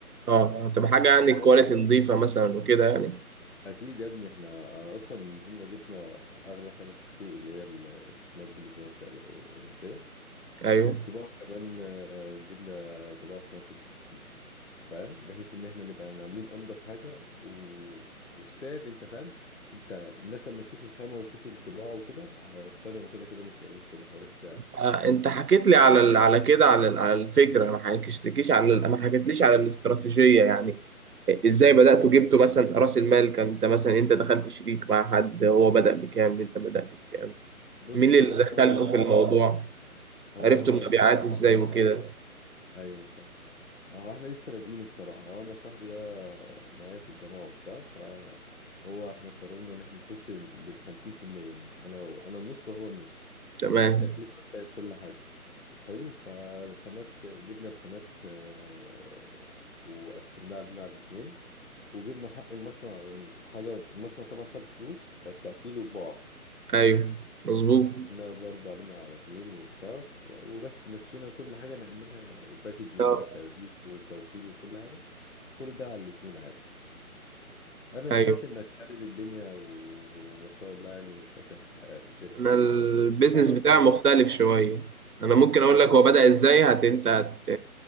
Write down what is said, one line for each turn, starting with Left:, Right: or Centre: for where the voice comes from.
Right: اه تبقى حاجة يعني كواليتي
Left: بس
Right: نظيفة مثلا وكده يعني
Left: اكيد يا ابني احنا أنا اصلا نزلنا جبنا اغلى خامة في السوق اللي هي ال- اسمها بوليفور تقريبا يعني كده
Right: ايوه
Left: والطباعة كمان آه، جبنا طباعة اسمها سلك سكرين فاهم بحيث ان احنا نبقى عاملين انضف حاجه و... والسعر انت فاهم انت الناس لما تشوف الخامه وتشوف الطباعه وكده هيقتنعوا كده كده مش هيبصوا لحوار السعر
Right: آه، انت حكيت لي على ال- على كده على ال- على الفكره ما حكيتش لكيش على ال- ما حكيتليش على الاستراتيجيه يعني ازاي بداتوا جبتوا مثلا راس المال كان انت مثلا انت دخلت شريك مع حد هو بدا بكام انت بدات بكام
Left: بص
Right: مين اللي
Left: يا باشا
Right: دخلكوا
Left: انا
Right: في الموضوع
Left: هو
Right: عرفتوا
Left: انا
Right: المبيعات
Left: نفس صاحبي
Right: ازاي
Left: ده
Right: وكده
Left: ايوه فاهم هو احنا لسه بادئين الصراحه هو انا صاحبي ده معايا في الجامعه وبتاع ف هو احنا قررنا ان احنا نخش بالخمسين في المية يعني انا انا النص هو النص
Right: تمام
Left: التكلفه بتاعت كل حاجه حلو فالخامات جبنا الخامات آه، وقسمناها علينا على الاتنين وجبنا حق المصنع يعني حاجة المصنع طبعا خد فلوس بتاع التقفيل والطباعة
Right: ايوه مظبوط
Left: قسمناها برضه علينا على اتنين وبتاع ف- وبس مشينا كل حاجة نعملها الباكجينج
Right: آه،
Left: بقى التغليف والتوصيل وكل حاجة كل ده على الاتنين عادي أنا
Right: ايوه
Left: سمعت إنك خارب الدنيا و- وما شاء الله يعني فاتح آه، شركة
Right: انا البيزنس
Left: وتعرفني
Right: بتاعي
Left: عنها
Right: مختلف
Left: أكتر.
Right: شويه انا ممكن اقول
Left: إيه
Right: لك هو
Left: هو
Right: بدا ازاي هت انت هت...